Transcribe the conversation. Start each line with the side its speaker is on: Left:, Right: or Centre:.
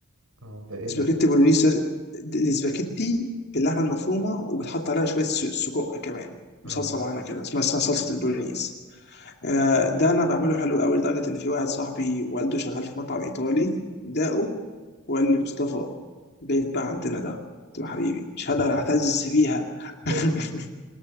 Right: اه ده ايه
Left: سباكيتي
Right: ده؟
Left: بولونيز ده- دي سباكيتي باللحمه المفرومه وبتحط عليها شويه س- سجق كمان بصلصه
Right: اه
Left: معينه كده اسمها اسمها صلصه البولونيز آه، ده انا بعمله حلو قوي لدرجه ان في واحد صاحبي والده شغال في مطعم ايطالي داقه وقال لي مصطفى جاي بقى عندنا ده قلت له حبيبي مش
Right: <laughs>
Left: هقدر اعتز فيها <laughs>
Right: هاي.